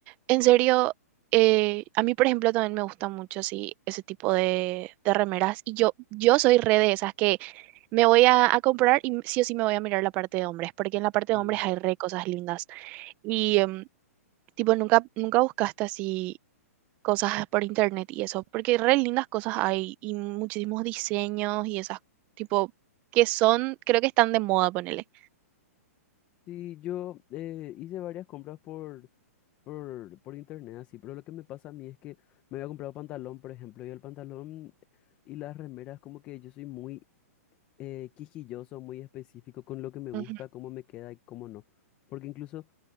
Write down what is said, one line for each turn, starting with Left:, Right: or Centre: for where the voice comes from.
Right: en serio, eh, a mí por ejemplo también me gusta mucho así ese tipo de, de remeras y yo, yo soy re de esas que me voy a, a comprar y sí o sí me voy a mirar la parte de hombres, porque en la parte
Left: Mm.
Right: de hombres hay re cosas lindas y em, tipo nunca, nunca buscaste así cosas por internet y eso, porque re lindas cosas hay y muchísimos diseños y esas tipo que son, creo que están de moda, ponele.
Left: Sí, yo eh, hice varias compras por... por, por internet, así, pero lo que me pasa a mí es que me había comprado pantalón, por ejemplo, y el pantalón y las remeras, como que yo soy muy eh, quisquilloso, muy específico con lo que me
Right: Ujú,
Left: gusta, cómo me queda y cómo no. Porque incluso